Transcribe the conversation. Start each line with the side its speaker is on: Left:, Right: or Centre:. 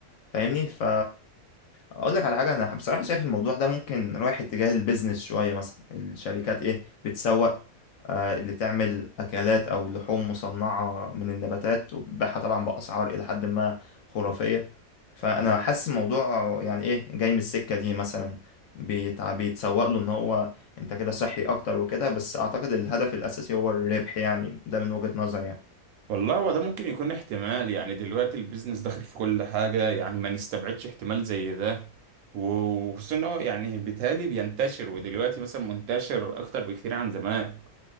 Left: فاهمني ف اقول لك على حاجه انا بصراحه شايف الموضوع ده ممكن رايح اتجاه البيزنس شويه مثلا الشركات ايه بتسوق آه اللي بتعمل اكلات او لحوم مصنعه من النباتات وبتبيعها طبعا باسعار الى حد ما خرافيه فانا
Right: مم.
Left: حاسس الموضوع يعني ايه جاي من السكه دي مثلا بيتع- بيتسوق له ان هو انت كده صحي اكتر وكده بس اعتقد الهدف الاساسي هو الربح يعني ده من وجهه نظري
Right: والله هو ده ممكن يكون احتمال يعني دلوقتي البيزنس داخل في كل حاجة يعني ما نستبعدش احتمال زي ده وخصوصا إن هو يعني بالتالي بينتشر ودلوقتي مثلا منتشر أكتر بكتير عن زمان